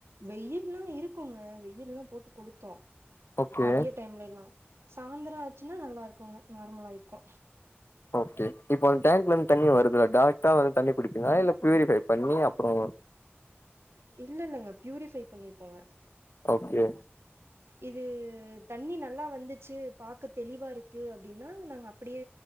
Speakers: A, on the right (about 75°); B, on the left (about 65°).
A: வெயில்லா இருக்குங்க வெயில்லா போட்டு கொளுத்தூ
B: ஓகே
A: மதிய டைம்லயல்லா சாந்திர ஆச்சுன்னா நல்லா இருக்குங்க நார்மலாயிக்கு
B: ஓகே இப்ப அந் டேங்க்லந்து தண்ணி வருதுல்ல டாரக்ட்டா வந்து தண்ணி புடிப்பிங்ளா இல்ல பியூரிஃபை பண்ணி அப்றோ
A: இல்லெல்லங்க பியூரிஃபை பண்ணிப்போங்க
B: ஓகே
A: இது தண்ணி நல்லா வந்துச்சு பாக்க தெளிவா இருக்கு அப்டின்னா நாங்க அப்புடியே